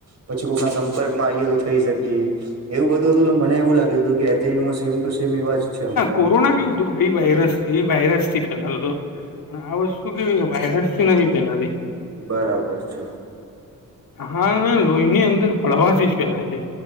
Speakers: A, on the right; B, on the left.
A: પછી કોઈકના સંપર્કમાં આવીઈએ થઈ શકીએ એવું બધું હતું એટલે મને એવું લાગ્યું હતું કે એચઆઇ વી મા સેમ ટુ સેમ એવા જ છે મને,
B: કોરોના ના કેવું હતું. ભ વાયરસ એ વાયરસ થી ફેલાતો હતો અને આ વસ્તુ કેવી વાયરસ થી નથી ફેલાતી.
A: બરાબર છે.
B: હા લોહીની અંદર ફળવાથી જ ફેલાય છે